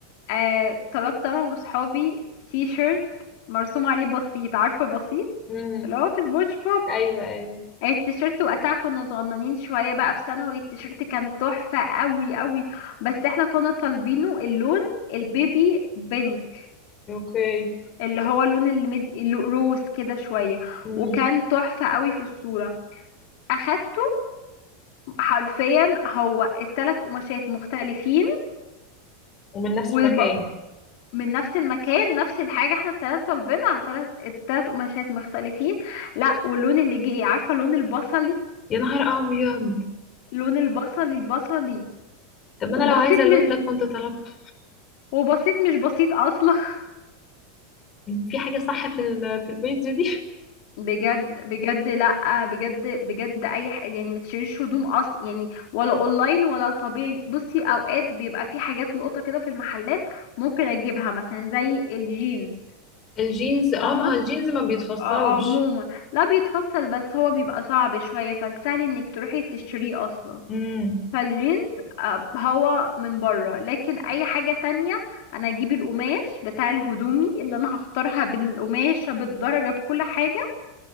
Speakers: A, on the left (about 65°); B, on the left (about 35°).
A: آه طلبت انا وصحابي تي شيرت مرسوم عليه بسيط عارفة بسيط
B: امم
A: اللي هو في سبونج بوب
B: ايوه ايوه
A: التيشيرت وقتها كنا صغننين شوية بقى في ثانوي التيشيرت كان تحفة قوي قوي بس احنا كنا طالبينه اللون البيبي بينك
B: اوكي
A: اللي هو اللون المد... اللي روز كده شوية
B: امم
A: وكان تحفة قوي في الصورة اخدته حرفيا هو التلات قماشات مختلفين
B: ومن نفس
A: وب...
B: المكان
A: من نفس المكان نفس الحاجة احنا التلاتة طالبينها تلات التلات قماشات مختلفين لا واللون اللي جه ايه عارفة لون البصلي
B: يا نهار ابيض
A: لون البصلي البصلي
B: طب
A: وبسيط
B: انا لو عايزه اللون
A: مش
B: ده كنت طلبته
A: وبسيط مش بسيط اصلا <laughs>
B: في حاجه صح في ال- في البيتزا دي
A: بجد بجد لا بجد بجد اي ح... يعني ما تشتريش هدوم اصلا يعني ولا اونلاين ولا طبيعي بصي اوقات بيبقى في حاجات لقطة كده في المحلات ممكن اجيبها مثلا زي الجينز
B: <laughs> الجينز اه
A: فاهمة
B: ما هو الجينز ما بيتفصلش
A: ع- عموما لا بيتفصل بس هو بيبقى صعب شوية فالسهل انك تروحي تشتريه اصلا
B: امم
A: فالجينز آه، هو من بره لكن اي حاجة تانية انا اجيب القماش بتاع الهدومي اللي انا هختارها بالقماش بالدرجة بكل حاجة